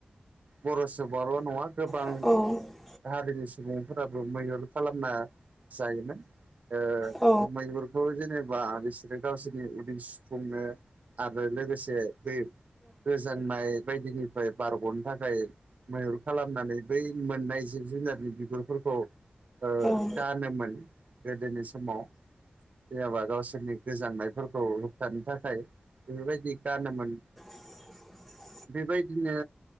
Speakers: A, on the right; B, in the centre.
A: बर' सुबुंङाल' नङा गोबां
B: औ
A: हारिनि सुबुंफोराबो मैहुर खालामना जायोमोन। ओ
B: औ
A: मैहुर खौ जेनेबा बिसोरो गावसोरनि उदै सुफुंनो आरो लोगोसे बे गोजांनाय बायदिनि फ्राय बारग'नो थाखाय मैहुर खालामनानै बै मोननाय जिब जुनारनि बिगुरफोर खौ ओ
B: औ
A: गानोमोन गोदोनि समाव। जायाबा गावसोरनि गोजांनायफोरखौ होबथानो थाखाय। बेबायदि गानोमोन।
B: <inaudible>
A: बेबायदिनो